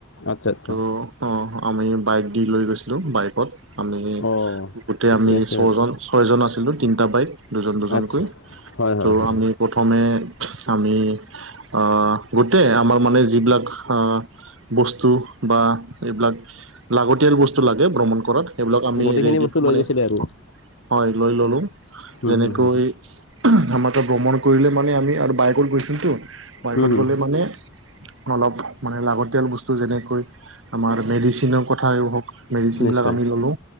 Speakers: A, on the left; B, on the right.
A: আচ্ছা আচ্ছা
B: ত' অ আমি বাইক দি লৈ গৈছিলোঁ বাইকত আমি
A: অঁ
B: গোটেই
A: ঠিকে
B: আমি
A: আছে
B: ছজন
A: বাৰু
B: ছয়জন আছিলো তিনিটা বাইক দুজন দুজনকৈ
A: আচ্ছা হয় হয়
B: ত'
A: হয়
B: আমি প্ৰথমে আমি অহ গোটেই আমাৰ মানে যিবিলাক অহ বস্তু বা এইবিলাক লাগতিয়াল ব স্তু লাগে ভ্ৰমণ কৰাত সেইবিলাক আমি
A: গোটেইখিনি
B: ৰেডি
A: বস্তু লৈ
B: মানে
A: গৈছিলে আৰু
B: হয় লৈ ল'লো।
A: হুম
B: যেনেকৈ
A: হুম হুম হুম
B: আমাৰ ত ভ্ৰমণ কৰিলে মানে আমি আৰু বাইকত গৈছোতো বাইকত
A: হুম হুম হুম।
B: গ'লে মানে অলপ মানে লাগতিয়াল বস্তু যেনেকৈ আমাৰ মেডিচিনৰ কথাই হওক মেডিচিনবিলাক
A: নিশ্চয়
B: আমি ল'লো